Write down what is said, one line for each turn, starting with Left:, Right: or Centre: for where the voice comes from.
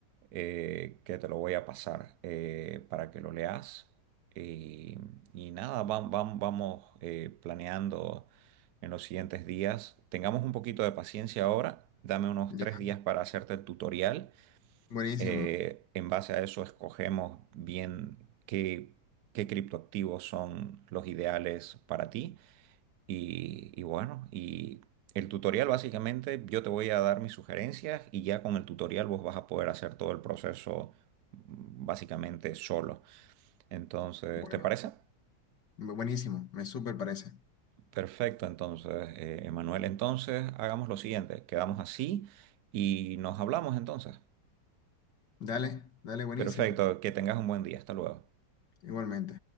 Right: eh, que te lo voy a pasar eh, para que lo leas. Y, y nada, vam- vam- vamos eh, planeando en los siguientes días. Tengamos un poquito de paciencia ahora. Dame unos
Left: Ya,
Right: tres días para hacerte el tutorial
Left: buenísimo.
Right: eh, en base a eso escogemos bien qué, qué criptoactivos son los ideales para ti. Y, y bueno, y el tutorial básicamente yo te voy a dar mis sugerencias y ya con el tutorial vos vas a poder hacer todo el proceso mm, básicamente solo. Entonces,
Left: Bueno,
Right: ¿te parece?
Left: buenísimo, me súper parece.
Right: Perfecto, entonces, eh, Emanuel, entonces hagamos lo siguiente, quedamos así y nos hablamos entonces.
Left: Dale, dale, buenísimo.
Right: Perfecto, que tengas un buen día, hasta luego.
Left: Igualmente.